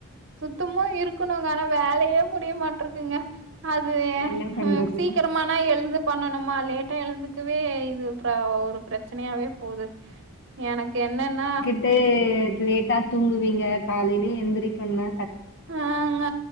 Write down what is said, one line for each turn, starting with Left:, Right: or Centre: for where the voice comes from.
Right: சுத்தமு இருக்கணுங்க ஆனா வேலையே முடியமாட்ருக்குங்க அது எ
Left: என்ன பண்றது
Right: ம் சீக்கர மானா எழ்ந்து பண்ணனுமா லேட்டா எழுந்துக்கவே இது ப்ரா ஒரு பிரச் சனையாவே போது எனக் என்னன்னா
Left: ட்டு லேட்டா தூங்குவீங்க காலைலே எந்திரிக்கணுனா
Right: ஆங்க